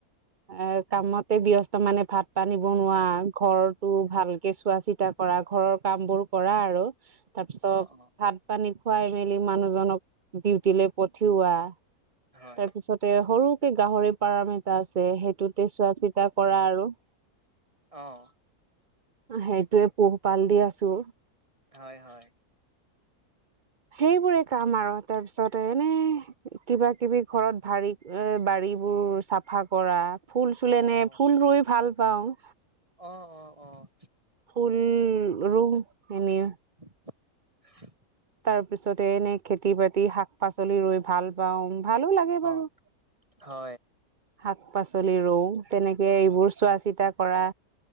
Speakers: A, on the right; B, on the right.
A: এ কামতে ব্যস্ত মানে ভাত পানী বনোৱা ঘৰটো ভালকে চোৱা চিতা কৰা ঘৰৰ কাম বোৰ কৰা আৰু তাৰপিছত
B: অ অ
A: ভাত পানী খুৱাই মেলি মানুহজনক ডিউটিলৈ পঠিওৱা
B: হয়
A: তাৰপিছতে, সৰুকে গাহৰি ফাৰ্ম এটা আছে সেইটোতে চোৱা চিতা কৰা আৰু।
B: অঁহ।
A: সেইটোয়ে পোহপাল দি আছো।
B: হয় হয়।
A: সেইবোৰে কাম আৰু তাৰপিছতে এনে কিবা কিবি ঘৰত ভাৰী এ, বাৰীবোৰ চাফা কৰা। ফুল চুল এনে
B: অ
A: ফুল ৰুই ভাল পাওঁ।
B: অ' অ' অ'।
A: ফুল ৰুও এনে
B: <inaudible>
A: তাৰপিছতে, এনে খেতি বাতি শাক পাচলি ৰুই ভাল পাওঁ ভালো লাগে
B: অ
A: বাৰু।
B: হয়।
A: শাক পাচলি ৰুও তেনেকে এইবোৰ চোৱা চিতা কৰা